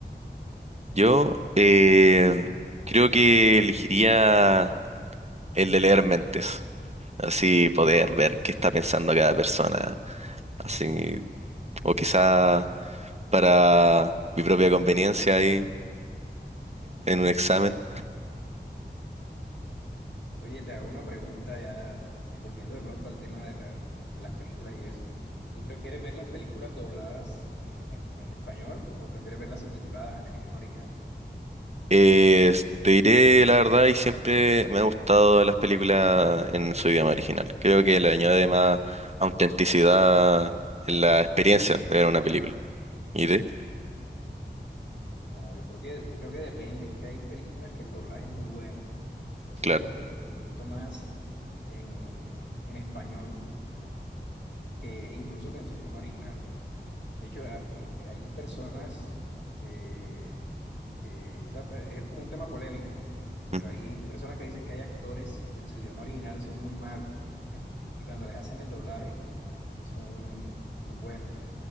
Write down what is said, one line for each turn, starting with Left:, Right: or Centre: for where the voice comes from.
Right: Yo eh, creo que elegiría el de leer mentes, así poder ver qué está pensando cada persona, así, o quizá para mi propia conveniencia ahí en un examen.
Left: Oye, te hago una pregunta ya, eh, volviendo de pronto al tema de, la- de las películas y eso. ¿Tú prefieres ver las películas dobladas eh, en, en español o prefieres verlas subtituladas en el idioma original?
Right: Eh, te diré la verdad y siempre me han gustado las películas en su idioma original. Creo que le añade más autenticidad en la experiencia de ver una película. ¿Y de?
Left: No, yo creo que, creo que depende. Es que hay películas que el doblaje es muy bueno. Entonces
Right: Claro,
Left: siento que disfruto más en, en español que incluso que en su idioma original. De hecho, ha- cre- hay personas que, que, o sea, es como un tema polémico Pero
Right: Mm,
Left: hay personas que dicen que hay actores que en su idioma original son muy malos y cuando les hacen el doblaje son, son buenos.